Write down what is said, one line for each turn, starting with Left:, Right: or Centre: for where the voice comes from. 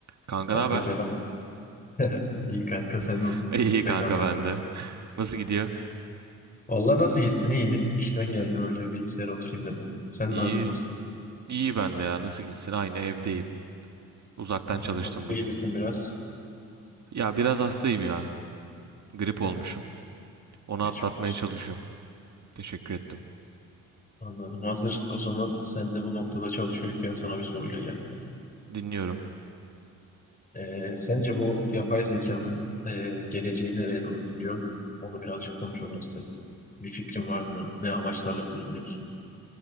Right: Kanka
Left: Kanka
Right: ne haber?
Left: selam. <laughs> İyi kanka sen
Right: <laughs>
Left: nasılsın?
Right: İyi kanka
Left: Aynı anda.
Right: ben de. Nasıl gidiyor?
Left: Vallahi nasıl gitsin? İyi. İşten geldim öyle bir bilgisayara oturayım dedim. Sen
Right: İyi.
Left: ne yapıyorsun? Nasıl gidiyor?
Right: İyi ben de ya. Nasıl gitsin? Aynı evdeyim. Uzaktan
Left: Yani
Right: çalıştım
Left: haklı
Right: bugün.
Left: gibisin biraz.
Right: Ya biraz hastayım ya. Grip
Left: Ha,
Right: olmuşum. Onu
Left: geçmiş
Right: atlatmaya
Left: olsun.
Right: çalışıyorum. Teşekkür ettim.
Left: Anladım. Hazır o zaman sen de bu noktada çalışıyorken sana bir soruyla geldim.
Right: Dinliyorum.
Left: Ee, sence bu yapay zekanın e, geleceği nereye doğru gidiyor? Onu birazcık konuşalım istedim. Bir fikrin var mı? Ne amaçlarla kullanıyorsun?